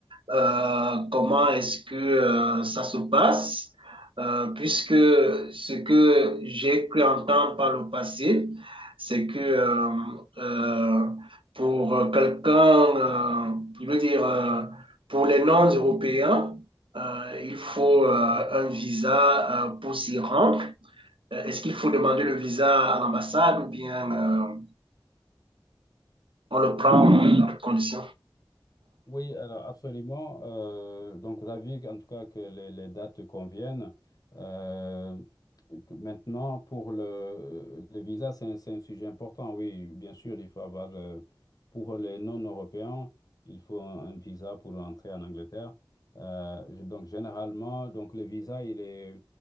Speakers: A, on the right; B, on the left.
A: Euh, comment est-ce que euh, ça se passe? Euh, puisque ce que j'ai cru entendre par le passé, c'est que euh, euh, pour quelqu'un, euh, je veux dire, euh, pour les non-européens, euh, il faut euh, un visa euh, pour s'y rendre. Euh, Est-ce qu'il faut demander le visa à l'ambassade ou bien euh, on le
B: Oui,
A: prend dans quelles conditions?
B: Oui, alors absolument. Euh, donc, ravi en tout cas que les, les dates conviennent. Euh, que- maintenant, pour le, le visa, c'est un, c'est un sujet important. Oui, bien sûr, il faut avoir, euh, pour les non-européens, il faut un, un visa pour entrer en Angleterre. Euh, je- donc, généralement, donc, le visa, il est,